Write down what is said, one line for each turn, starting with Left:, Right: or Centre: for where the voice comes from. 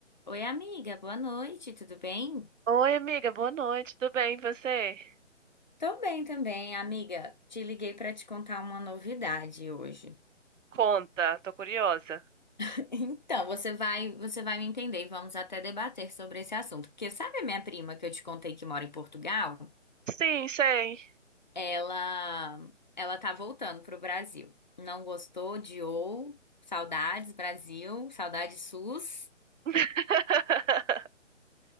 Left: Oi, amiga, boa noite, tudo bem?
Right: Oi, amiga, boa noite, tudo bem? E você?
Left: Tô bem também, amiga. Te liguei pra te contar uma novidade hoje.
Right: Conta, tô curiosa.
Left: <laughs> Então, você vai, você vai me entender e vamos até debater sobre esse assunto, porque sabe a minha prima que eu te contei que mora em Portugal?
Right: Sim, sei.
Left: Ela, ela tá voltando pro Brasil. Não gostou, odiou, saudades Brasil, saudades SUS.
Right: <laughs>